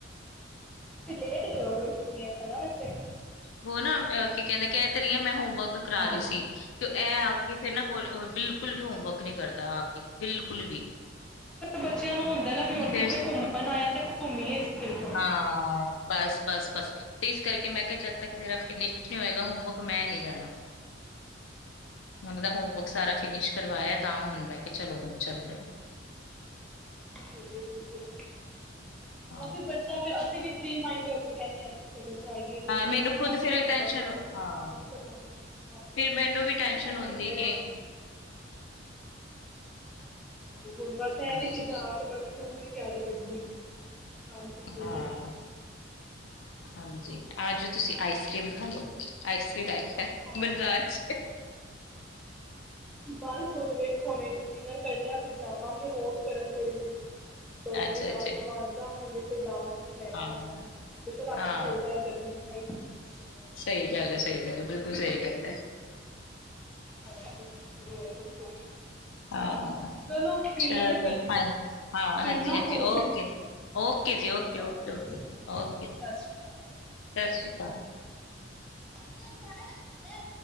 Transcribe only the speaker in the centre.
ਤੁਸੀਂ ਲੇਟ ਗਏ ਔ ਕੁੜੀ ਛੁੱਟੀਆਂਸ ਨਾ ਵੈਸੇ।
ਹਾਂ
ਬੱਚਿਆਂ ਨੂੰ ਹੁੰਦਾ ਨਾ ਵੀ ਹੁਣ
ਕਿੱਥੇ ਘੁੰਮਣ ਆਇਆ ਤੇ ਘੁੰਮੀਏ ਸਿਰਫ
ਸਹੀ ਐ ਬਿਲਕੁਲ
ਕਾਫੀ ਬੱਚਾ ਫਿਰ ਅਸੀਂ ਵੀ ਫਰੀ ਮਾਈੰਡ ਹੋ ਕੇ ਰਹਿਣੇ ਆਂ ਕਿ ਉਥੇ ਅਗਰ ਜਾਈਏ ਤੇ
ਫਿਰ
ਐਵੇਂ ਰਿਆ
ਵੀ
ਨੀਂ ਜਾਂਦਾ
ਬੱਚਿਆਂ ਨੂੰ
ਕੰਮ ਵੀ ਕਰਵਾਉਣਾ ਹਾਂ। ਹੁਣ
ਫ੍ਰੀ
ਤਾਂ ਹੈ ਨਾ
ਬੰਦਾ
ਬਸ ਹਾਂਜੀ ਹੁਣ ਬਸ ਐ
ਵੇ ਕਿ ਜਾ ਕੇ ਬਸ ਸਕੂਲ ਦੀ ਤਿਆਰੀ ਕਰਨੀ ਐ, ਕੰਮ ਕੰਪਲੀਟ
ਐ ਸਾਰਾ।
ਹਾਂ
ਬਸ ਹੁਣ ਵੇਖੋ ਹੁਣੇ ਡਿਨਰ ਕਰਨਾ ਫਿਰ ਜਾਵਾਂਗੇ ਹੋ ਕਰਨ ਥੋੜੀ ਜੀ ਡੋਗੀ
ਨੂੰ ਨਾਲ
ਘੁੰਮਾਣ ਜਾਵਾਂਗੇ ਫਿਰ ਨਾਲ ਲੈ
ਕੇ ਆਵਾਂਗੇ ਦੇਖੋ ਰਾਤੀ
ਚੱਲਦਾ ਹੈ ਗਰਮੀਆਂ ਚ ਸਹੀ
ਹਾਂਜੀ-ਹਾਂਜੀ, ਹੋਰ ਦੱਸੋ?
ਚਲੋ ਠੀਕ
ਹੈ ਫਿਰ
ਕਰਨਾ
ਫੋਨ
ਓਕੇ ਜੀ ਸਤਿ
ਸ਼੍ਰੀ ਅਕਾਲ
ਚਲ ਜਾਨੇ ਦੇ ਮੁਝੇ।